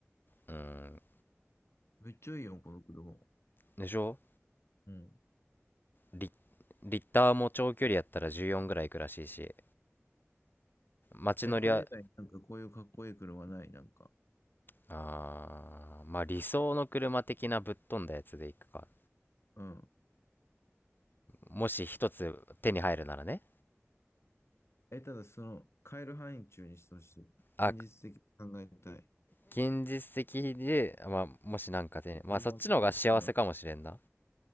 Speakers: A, on the left (about 45°); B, on the left (about 60°).
A: うん。
B: めっちゃいいよ、この車。
A: でしょ
B: うん。
A: リ、リッターも長距離やったら14ぐらいいくらしいし、街乗りは、
B: え、これ以外なんかこういうかっこいい車ない、なんか。
A: あーまあ理想の車的なぶっ飛んだやつで行くか。
B: うん。
A: もし一つ手に入るならね。
B: え、ただその、買える範囲中にしてほしい。
A: あ、
B: 現実的に考えたい。
A: 現実的で、まあもしなんか手に、
B: お車はちょっと見たいな。
A: まあそっちの方が幸せかもしれんな。